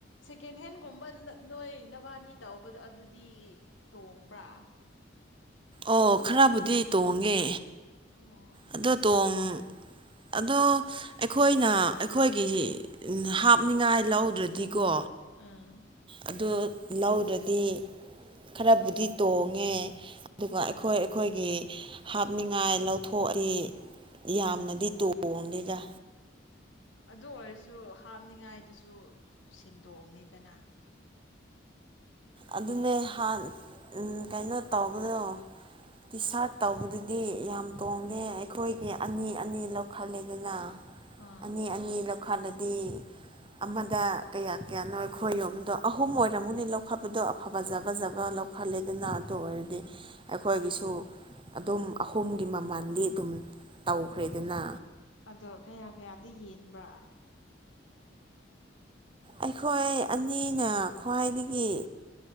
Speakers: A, on the left (about 85°); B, on the right (about 25°).
A: ꯁꯦꯀꯦꯟ ꯍꯦꯟꯒꯨꯝꯕ ꯅꯣꯏ ꯅꯕꯥꯅꯤ ꯇꯧꯕꯗ ꯑꯗꯨꯗꯤ ꯇꯣꯡꯕ꯭ꯔꯥ
B: ꯑꯣ ꯈꯔꯕꯨꯗꯤ ꯇꯣꯡꯉꯦ
A: ꯑꯣ
B: ꯑꯗꯣ ꯇꯣꯡ ꯑꯗꯣ ꯑꯩꯈꯣꯏꯅ ꯑꯩꯈꯣꯏꯒꯤ ꯍꯥꯞꯅꯤꯡꯉꯥꯏ ꯂꯧꯗ꯭ꯔꯗꯤꯀꯣ
A: ꯑꯥ
B: ꯑꯗꯨ ꯂꯧꯗꯗꯤ ꯈꯔꯕꯨꯗꯤ ꯇꯣꯡꯉꯦ ꯑꯗꯨꯒ ꯑꯩꯈꯣꯏ ꯑꯩꯈꯣꯏꯒꯤ ꯍꯥꯞꯅꯤꯡꯉꯥꯏ ꯂꯧꯊꯣꯛꯑꯗꯤ ꯌꯥꯝꯅꯗꯤ ꯇꯣꯡꯗꯦꯗ
A: ꯎ ꯑꯗꯨ ꯑꯣꯏꯔꯁꯨ ꯍꯥꯞꯅꯤꯡꯉꯥꯏꯗꯨꯁꯨ ꯁꯦꯟꯗꯣꯡꯅꯤꯗꯅ
B: ꯑꯗꯨꯅꯦ ꯍꯥꯟ ꯎ ꯀꯩꯅꯣ ꯇꯧꯕꯗꯣ ꯇꯤ ꯁꯥꯔꯠ ꯇꯧꯕꯗꯨꯗꯤ ꯗꯤ ꯌꯥꯝ ꯇꯣꯡꯗꯦ ꯑꯩꯈꯣꯏꯒꯤ ꯑꯅꯤ ꯑꯅꯤ ꯂꯧꯈꯠꯂꯦꯗꯅ
A: ꯑꯥ
B: ꯑꯅꯤ ꯑꯅꯤ ꯂ ꯃꯈꯜꯗꯗꯤ ꯑꯃꯗ ꯀꯌꯥ ꯀꯌꯥꯅꯣ ꯑꯩꯈꯣꯏ ꯌꯣꯝꯗꯣ ꯑꯍꯨꯝ ꯑꯣꯏꯔꯝꯃꯨꯅꯦ ꯂꯧ ꯂꯧꯈꯠꯄꯗꯣ ꯑꯐꯕ ꯖ ꯐ
A: ꯑꯥ
B: ꯖꯕ ꯂꯧꯈꯠꯂꯦꯗꯅ ꯑꯗꯨ ꯑꯣꯏꯔꯗꯤ
A: ꯑꯥ
B: ꯑꯩꯈꯣꯏꯒꯤ ꯁꯨ ꯑꯗꯨꯝ ꯑꯍꯨꯝꯒꯤ ꯃꯃꯜꯗꯤ ꯑꯗꯨꯝ ꯇꯧꯈ꯭ꯔꯦ ꯑꯗꯨꯅ
A: ꯑꯗꯣ ꯀꯌꯥ ꯀꯌꯥꯗ ꯌꯦꯟꯕ꯭ꯔꯥ
B: ꯑꯩꯈꯣꯏ ꯑꯅꯤꯅ ꯈ꯭ꯋꯥꯏꯗꯒꯤ